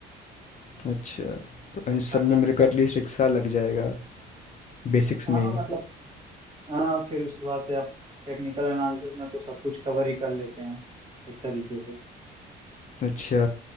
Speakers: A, on the left (about 40°); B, on the right (about 25°).
A: अच्छा तो इन सब
B: फंडामेंटल
A: में मेरे को एटलीस्ट एक साल लग जाएगा बेसिक्स
B: हाँ
A: में
B: मतलब हाँ फिर उसके बाद से आप टेक्निकल एनालिसिस में तो सब कुछ कवर ही कर लेते हैं एक तरीके से
A: अच्छा